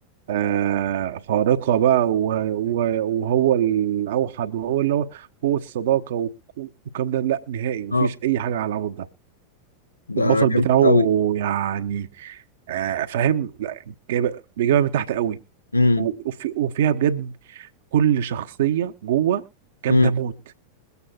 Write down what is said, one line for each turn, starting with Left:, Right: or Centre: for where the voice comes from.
Right: آه، خارقة بقى وه- وه- وهو الأوحد وهو اللي هو هو الصداقة وك- والكلام ده لا نهائي مفيش
Left: اه
Right: أي حاجة على العمود ده
Left: ده
Right: البطل
Left: جامد
Right: بتاعه يعني آه، فاهم لا جايبة بيجيبها من تحت قوي
Left: قوي
Right: و- وفي- وفيها بجد كل شخصية جوه جامدة
Left: امم
Right: موت